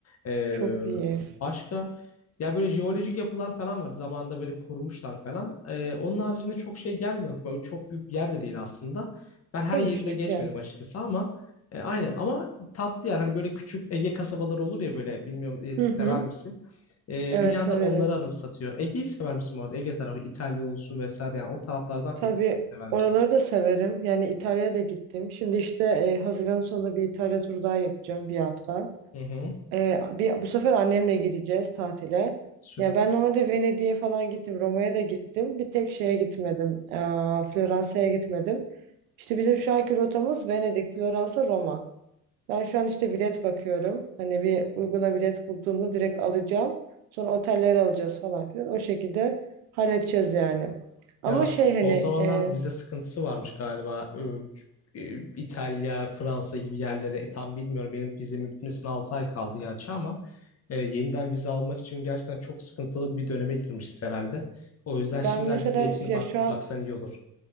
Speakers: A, on the left; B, on the right.
A: Ee,
B: çok iyi.
A: başka ya böyle jeolojik yapılar falan var. Zamanında böyle korumuşlar falan. Ee, onun haricinde çok şey gelmiyor. Böyle çok büyük bir yer de değil aslında. Ben her
B: Tabii
A: yerinde
B: küçük
A: geçmedim
B: yer.
A: açıkçası ama e, aynı ama tatlı yer. Hani böyle küçük Ege kasabaları olur ya böyle bilmiyorum e,
B: Hı
A: sever
B: hı.
A: misin? Ee,
B: Evet
A: bir yandan
B: severim.
A: onları anımsatıyor. Ege'yi sever misin bu arada? Ege tarafı İtalya olsun vesaire yani o taraflardan
B: Tabii
A: pek sever misin?
B: oraları da severim. Yani İtalya'ya da gittim. Şimdi işte e, Haziran sonunda bir İtalya turu daha yapacağım bir hafta.
A: Hı hı.
B: Ee, bir, bu sefer annemle gideceğiz tatile.
A: Süper.
B: Ya ben normalde Venedik'e falan gittim, Roma'ya da gittim. Bir tek şeye gitmedim, ee, Floransa'ya gitmedim. İşte bizim şu anki rotamız Venedik, Floransa, Roma. Ben şu an işte bilet bakıyorum. Hani bir uyguna bilet bulduğumda direkt alacağım. Sonra oteller alacağız falan filan. O şekilde halledeceğiz yani. Ama
A: Ya son
B: şey hani
A: zamanlarda
B: e,
A: vize sıkıntısı varmış galiba. Ee, e, İtalya, Fransa gibi yerlere e, tam bilmiyorum. Benim vizemin bitmesine 6 ay kaldı gerçi ama e, yeniden vize almak için gerçekten çok sıkıntılı bir döneme girmişiz herhalde. O yüzden
B: ben
A: şimdiden
B: mesela
A: vize için
B: ya
A: bak
B: şu an
A: baksan iyi olur.